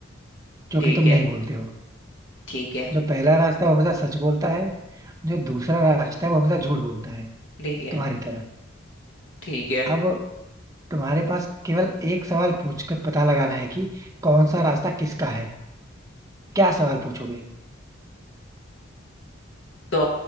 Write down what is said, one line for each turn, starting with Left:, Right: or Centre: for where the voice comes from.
Right: जो
Left: ठीक
Right: कि तुम
Left: है
Right: नहीं बोलते हो
Left: ठीक है
Right: जो पहला रास्ता है वो हमेशा सच बोलता है जो दूसरा रास्ता है वो हमेशा झूठ बोलता है
Left: ठीक है
Right: तुम्हारी तरह
Left: ठीक है
Right: अब तुम्हारे पास केवल एक सवाल पूछकर पता लगाना है कि कौन सा रास्ता किसका है क्या सवाल पूछोगे
Left: तो